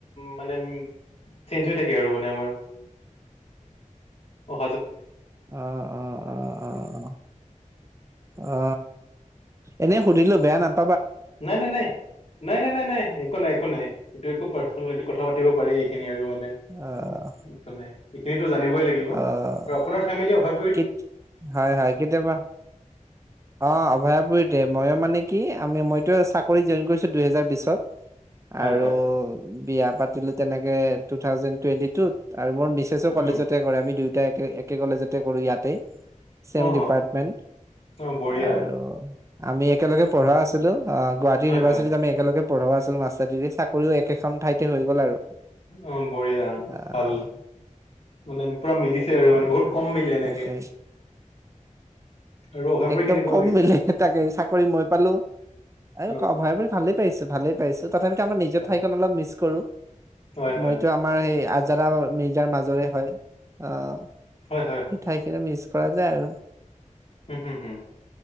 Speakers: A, on the left (about 50°); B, on the right (about 20°).
A: মানে চেঞ্জ হৈ থাকে আৰু মানে আমাৰ। অ
B: অ অ অ অ অ অ, এনেই সুধিলো বেয়া নাপ
A: নাই নাই নাই নাই নাই নাই নাই একো নাই একো নাই। টোইএকো পাৰ্চনেল এইটো কথা পাতি পাৰি এইখিনি আৰু মান
B: অহ
A: <unintelligible> একো নাই ঠিক। তো জানিবই লাগিব। অ
B: অহ
A: আপোনাৰ ফেমেলি অভাৱ
B: কিত হয় হয় কেতিয়াবা অ, অভয়াপুৰীতে, মই মানে কি আমি মইতো চাকৰি জইন কৰিছো দুহেজাৰ বিশত।
A: হয়
B: আৰু
A: হয়
B: বিয়াত পাতিলো তেনেকে, টো থাউজেণ্ড টুৱেন্টি টো, আৰু মোৰ মিছেছো
A: উম,
B: কলেজতে কৰে, আমি দুইও দুইটা একে, একে কলেজতে কৰোঁ, ইয়াতে চেম
A: অ
B: ডিপাৰ্টমেণ্ট।
A: অ বঢ়িয়া
B: আৰু আমি একেলগে পঢ়া আছিলো। অ, গুৱাহাটী
A: হয়
B: ইউনিভাৰ্চিটি‌
A: হয়
B: লৈকে আমি একেলগে পঢ়াব আছিল মাষ্টাৰ দিদি চাকৰিও একেখন ঠাইতে হৈ গ'ল আৰু।
A: অ বঢ়িয়া
B: আহ
A: ভাল মানে পুৰা
B: <unintelligible>
A: মিলিছে আৰু মানে বহুত কম মিলে এনেকে আৰু অভয়পুৰী
B: একদম
A: কেনেকুৱা
B: কম
A: লাগিছে
B: মিলে চাকৰি মই পালোঁ <unintelligible>
A: অ
B: ভালেই পাইছোঁ তথাপিতো আমাৰ নিজ
A: হয়
B: ঠাইখন অলপ মিছো
A: হয় হয়
B: মইতো আমাৰ সেই আজি যাৰা নিজাৰ মাজৰে হয় অ সেই
A: হয়
B: ঠাইখিনৰা মিচ পৰা যায় আৰু
A: উম, হুম, হুম,